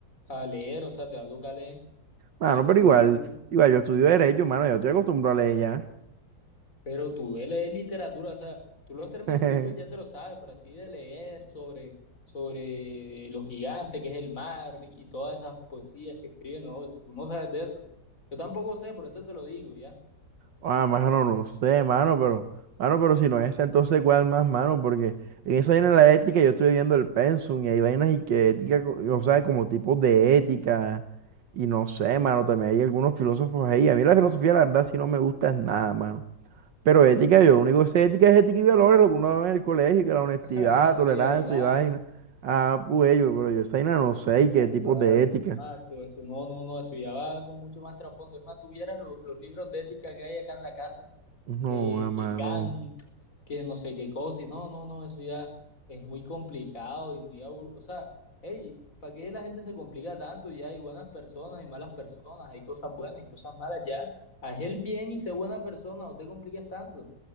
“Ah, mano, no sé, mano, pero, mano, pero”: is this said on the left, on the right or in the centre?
Right